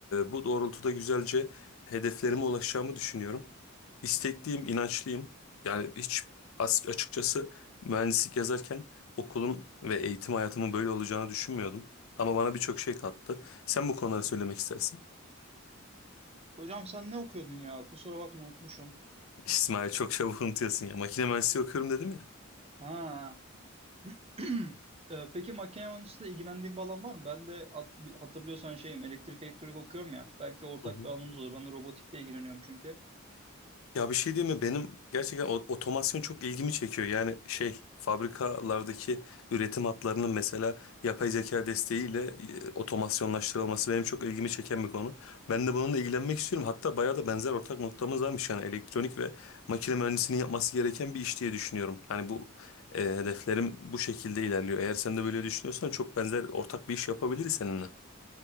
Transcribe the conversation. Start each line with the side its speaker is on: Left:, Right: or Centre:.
Left: bu doğrultuda güzelce hedeflerime ulaşacağımı düşünüyorum. İstekliyim, inançlıyım. Yani hiç as- açıkçası mühendislik yazarken okulun ve eğitim hayatımın böyle olacağını düşünmüyordum. Ama bana birçok şey kattı. Sen bu konuları söylemek istersin.
Right: Hocam sen ne okuyordun ya? Kusura bakma unutmuşum.
Left: <laughs> İsmail çok çabuk unutuyorsun ya. Makine mühendisliği okuyorum dedim ya.
Right: Ha. <clears throat> E, Peki makine mühendisliğiyle ilgilendiğin bir alan var mı? Ben de at- hatırlıyorsan şeyim elektrik elektronik okuyorum ya. Belki ortak
Left: Hı hı.
Right: bir alanımız olur. Ben de robotikle ilgileniyorum çünkü.
Left: Ya bir şey diyeyim mi? Benim gerçekten o- otomasyon çok ilgimi çekiyor. Yani şey fabrikalardaki üretim hatlarının mesela yapay zeka desteğiyle e, otomasyonlaştırılması benim çok ilgimi çeken bir konu. Ben de bununla ilgilenmek istiyorum. Hatta bayağı da benzer ortak noktamız varmış yani elektronik ve makine mühendisinin yapması gereken bir iş diye düşünüyorum. Hani bu e, hedeflerim bu şekilde ilerliyor. Eğer sen de böyle düşünüyorsan çok benzer ortak bir iş yapabiliriz seninle.